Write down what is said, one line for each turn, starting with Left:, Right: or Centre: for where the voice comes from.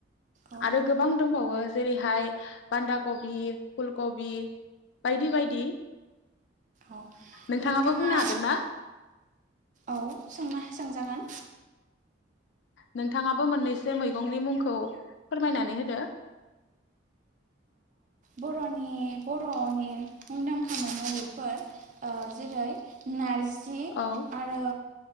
Right: औ
Left: आरो गोबां दंबावो। जेरैहाय बान्दा कबि, फुलकबि बायदि बायदि।
Right: औ
Left: नोंथाङाबो
Right: नोंथाङा
Left: बुंनो हागोन ना
Right: औ सोंनाया सोंजागोन।
Left: नोंथाङाबो मोननैसो मैगंनि मुंखौ फोरमायनानै होदो।
Right: बर'नि बर'नि मुंदांखा मैगंफोर जेरै नारजि,
Left: औ।
Right: आरो